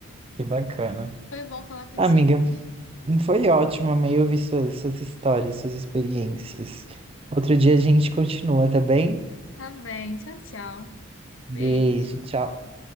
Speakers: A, on the right (about 25°); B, on the left (about 60°).
A: Que bacana.
B: Foi bom falar contigo.
A: Amiga,
B: amigo.
A: foi ótimo, amei ouvir suas, suas histórias, suas experiências. Outro dia a gente continua, tá bem?
B: Tá bem, tchau, tchau.
A: Beijo,
B: Beijo.
A: tchau.